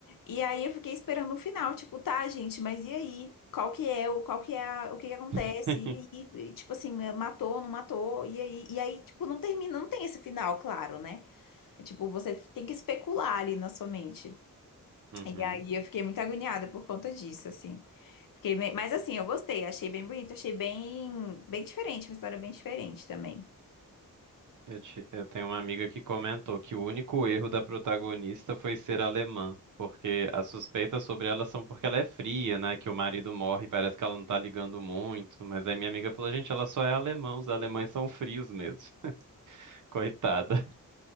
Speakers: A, on the left; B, on the right.
A: E aí eu fiquei esperando o final, tipo, tá, gente, mas e aí? Qual que é o, qual que é a- o que que acontece?
B: <laughs>
A: E aí, e, tipo assim, é, matou, não matou? E aí, e aí, tipo, não termina, não tem esse final, claro, né? É, Tipo, você tem que especular ali na sua mente.
B: uhum.
A: E aí eu fiquei muito agoniada por conta disso, assim. Fiquei bem- Mas assim, eu gostei, achei bem bonito, achei bem, bem diferente, uma história bem diferente também.
B: Eu, ti- eu tenho uma amiga que comentou que o único erro da protagonista foi ser alemã, porque as suspeitas sobre ela são porque ela é fria, né? Que o marido morre e parece que ela não tá ligando muito. Mas aí minha amiga falou, gente, ela só é alemã, os alemães são frios mesmo. <laughs> Coitada.